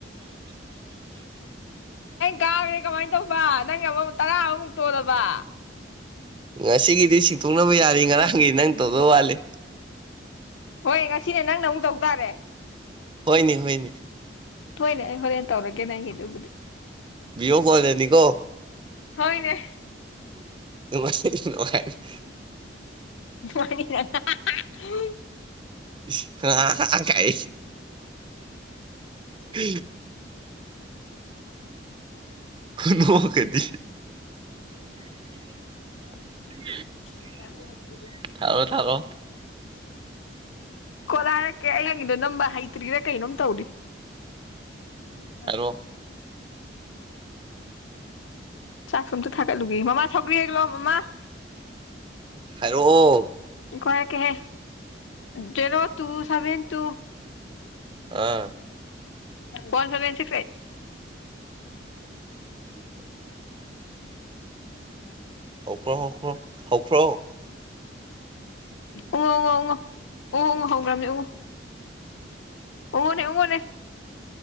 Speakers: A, on the left (about 85°); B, on the right (about 25°).
A: ꯀꯥꯥꯎꯔꯦ ꯀꯃꯥꯏ ꯇꯧꯕ ꯅꯪ ꯑꯃꯃꯨꯛ ꯇꯔꯥ ꯑꯃꯨꯛ ꯇꯣꯜꯂꯕ
B: ꯉꯁꯤꯒꯤꯗꯤ ꯁꯤꯟꯇꯣꯛꯅꯕ ꯌꯥꯔꯦ ꯉꯔꯥꯡꯒꯤ ꯅꯪ ꯇꯧꯗꯧ ꯋꯥꯠꯂꯤ
A: ꯍꯣꯏ ꯉꯁꯤꯅꯦ ꯅꯪꯅ ꯑꯃꯨꯛ ꯇꯧ ꯇꯥꯔꯦ
B: ꯍꯣꯏꯅꯦ ꯍꯣꯏꯅꯦ
A: ꯍꯣꯏꯅꯦ ꯑꯩ ꯍꯣꯔꯦꯟ ꯇꯧꯔꯒꯦꯅꯦ ꯅꯪꯒꯤꯗꯨꯕꯨꯗꯤ
B: ꯕꯤꯗꯤꯌꯣ ꯀꯣꯜꯗꯅꯤ ꯀꯣ
A: ꯍꯣꯏꯅꯦ
B: <unintelligible>
A: ꯅꯨꯉꯥꯏꯅꯤ ꯅꯪ ꯍꯥ ꯍꯥꯍꯥ
B: <unintelligible> ꯀꯥꯏ <unintelligible> ꯈꯨꯅꯣꯛ ꯀꯗꯤ <inaudible>
A: <inaudible>
B: ꯊꯥꯔꯣ ꯊꯥꯔꯣ
A: ꯀꯣꯂꯔ ꯀ ꯑꯩ ꯌꯦꯡꯉꯤꯗꯣ ꯅꯝꯕ ꯍꯩꯇ꯭ꯔꯤꯔꯥ ꯀꯩꯅꯣꯝ ꯇꯧꯔꯤ <inaudible>
B: ꯍꯥꯏꯔꯣ
A: ꯆꯥꯛ ꯁꯨꯝꯇ ꯊꯥꯒꯠꯂꯨꯒꯤ ꯃꯃꯥ ꯁꯧꯒ꯭ꯔꯤ ꯍꯦꯛꯂꯛꯑꯣ ꯃꯃꯥ
B: ꯍꯥꯏꯔꯛꯑꯣ
A: ꯉꯥꯏꯈꯣ ꯍꯥꯏꯔꯛꯀꯦꯍꯦ ꯖꯦꯔꯣ ꯇꯨ ꯁꯚꯦꯟ ꯇꯨ
B: ꯑꯥ
A: ꯋꯥꯟ ꯁꯚꯦꯟ ꯁꯤꯁꯛ ꯑꯦꯠ
B: <inaudible> ꯍꯧꯈ꯭ꯔꯣ ꯍꯧꯈ꯭ꯔꯣ ꯍꯧꯈ꯭ꯔꯣ
A: ꯎꯪꯉꯣ ꯎꯪꯉꯣ ꯎꯪꯉꯣ ꯎꯪꯉꯣ ꯑꯎꯪꯉꯣ ꯍꯧꯈ꯭ꯔꯝꯅꯦ ꯎꯪꯉꯣ ꯎꯪꯉꯣꯅꯦ ꯎꯪꯉꯣꯅꯦ